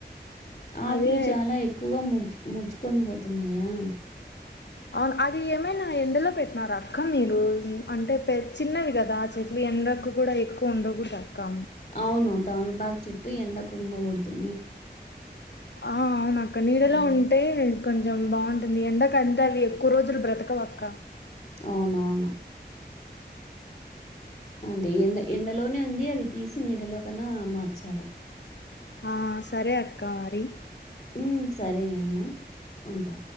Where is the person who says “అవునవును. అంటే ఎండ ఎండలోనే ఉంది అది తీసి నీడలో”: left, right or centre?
Left